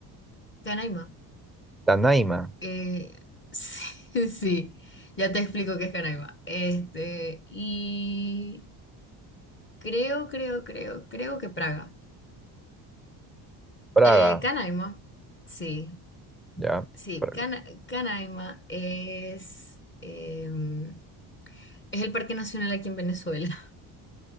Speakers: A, on the left; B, in the centre.
A: Canaima.
B: Tanaima,
A: Eh, <laughs> sí, sí. Ya te explico qué es Canaima. Este, y creo, creo, creo, creo que Praga.
B: Praga,
A: Eh, Canaima, sí,
B: ya.
A: sí,
B: Praga.
A: Cana- Canaima es, em, es el parque nacional aquí en Venezuela. <laughs>